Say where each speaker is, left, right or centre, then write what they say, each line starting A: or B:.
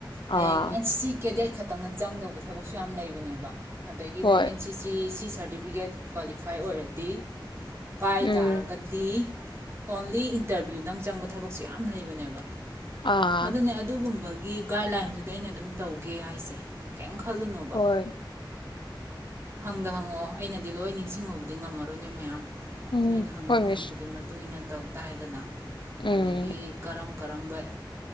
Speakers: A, on the right; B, on the left.
A: ꯍꯌꯦꯡ
B: ꯑꯥ
A: ꯑꯦꯟ ꯁꯤ ꯀꯦꯗꯦꯠ ꯈꯛꯇꯪꯅ ꯆꯪꯗꯧꯕ ꯊꯕꯛꯁꯨ ꯌꯥꯝ ꯂꯩꯕꯅꯦꯕ ꯑꯗꯒꯤ
B: ꯍꯣꯏ
A: ꯅꯣꯏ N C C certificate qualify ꯑꯣꯏꯔꯗꯤ ꯄꯥꯏ
B: ꯎꯝ
A: ꯇꯥꯔꯒꯗꯤ ꯑꯣꯡꯂꯤ ꯏꯟꯇꯔꯚ꯭ꯌꯨꯗꯪ ꯆꯪꯕ ꯊꯕꯛꯁꯨ ꯌꯥꯝ ꯂꯩꯕꯅꯦꯕ
B: ꯑꯥ
A: ꯑꯗꯨꯅꯦ ꯑꯗꯨꯒꯨꯝꯕ ꯒꯤ ꯒꯥꯏꯗꯂꯥꯏꯟꯗꯨꯗ ꯑꯩꯅ ꯑꯗꯨꯝ ꯇꯧꯒꯦ ꯍꯥꯏꯁꯦ ꯀꯩꯝ ꯈꯜꯂꯨꯅꯣꯕꯥ
B: ꯍꯣꯏ
A: ꯍꯪꯗ ꯍꯪꯉꯛꯑꯣ ꯑꯩꯅꯗꯤ ꯂꯣꯏ ꯅꯤꯡꯁꯤꯡꯉꯨꯕꯗꯤ ꯉꯝꯃꯔꯣꯏ ꯅꯣꯏ ꯃꯌꯥꯝ
B: ꯎꯝ
A: ꯅꯣꯏꯅ ꯍꯪꯉꯛ
B: ꯍꯣꯏ
A: ꯍꯪꯉꯛꯄꯗꯨꯒꯤ
B: ꯃꯤꯁ
A: ꯃꯇꯨꯡ ꯏꯟꯅ ꯇꯧ ꯇꯥꯔꯦꯗꯅ
B: ꯎꯝ
A: ꯑꯗꯒꯤ ꯀꯔꯝ ꯀꯔꯝꯕ